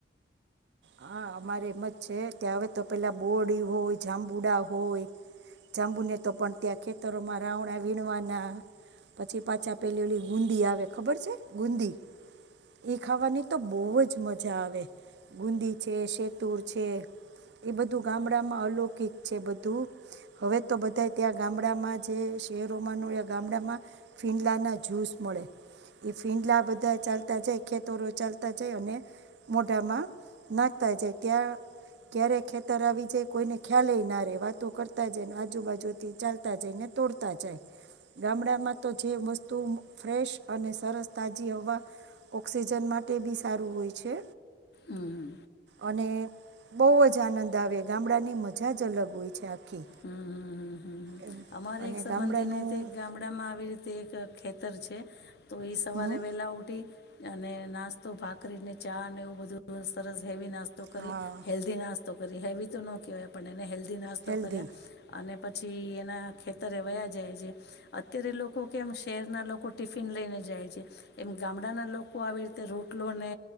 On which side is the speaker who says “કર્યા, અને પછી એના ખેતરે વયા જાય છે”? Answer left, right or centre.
Left